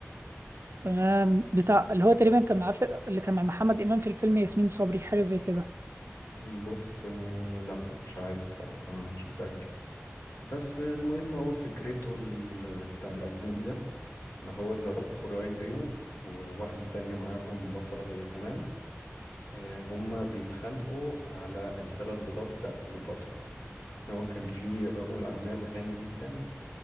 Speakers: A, on the right; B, on the left.
A: تمام بتاع اللي هو تقريبا كان معاه في... اللي كان مع محمد امام في الفيلم ياسمين صبري حاجه زي كده
B: بص آه، لا مش عارف بصراحة مش متأكد بس المهم هو فكرته ال- بتاع الأجنبي ده إن هو ذا روك وراين رينولدز وواحدة تانية معاهم بطلة هي كمان آه، هما بيتخانقوا على الثلاث بيضات بتاعت كليوباترا هو كان في رجل أعمال غني جدا